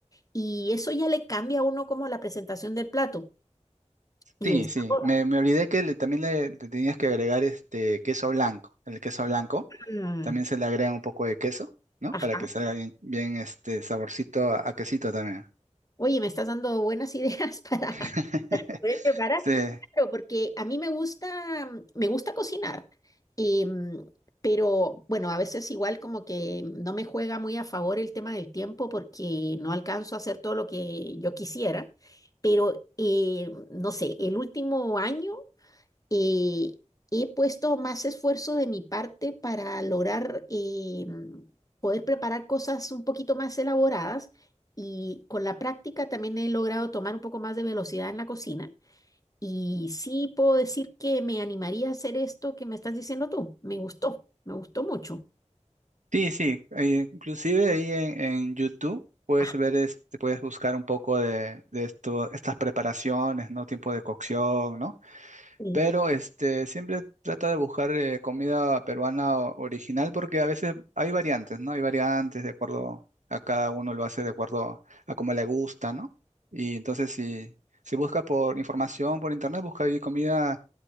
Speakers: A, on the left (about 30°); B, on the right (about 85°).
A: y eso ya le cambia a uno como la presentación del plato y
B: Sí,
A: el sabor.
B: sí, me, me olvidé que le- también le, le tenías que agregar este queso blanco. El queso blanco
A: Mm,
B: también se le agrega un poco de queso, ¿no?
A: ajá.
B: Para que salga bien, bien este saborcito a, a quesito también.
A: Oye, me estás dando buenas ideas <laughs> para
B: <laughs>
A: poder preparar.
B: Sí,
A: Claro, porque a mí me gusta, me gusta cocinar, em, pero bueno, a veces igual como que no me juega muy a favor el tema del tiempo porque no alcanzo a hacer todo lo que yo quisiera. Pero eh, no sé, el último año eh, he puesto más esfuerzo de mi parte para lograr eh, poder preparar cosas un poquito más elaboradas y con la práctica también he logrado tomar un poco más de velocidad en la cocina. Y sí puedo decir que me animaría a hacer esto que me estás diciendo tú. Me gustó, me gustó mucho.
B: sí, sí. eh, inclusive ahí en, en YouTube puedes
A: Ah,
B: ver, este, puedes buscar un poco de, de esto, estas preparaciones, ¿no? Tiempo de cocción, ¿no?
A: sí.
B: Pero este, siempre trata de buscar eh, comida peruana o- original porque a veces hay variantes, ¿no? Hay variantes de acuerdo a cada uno lo hace de acuerdo a cómo le gusta, ¿no? Y entonces si, si busca por información por internet, busca ahí comida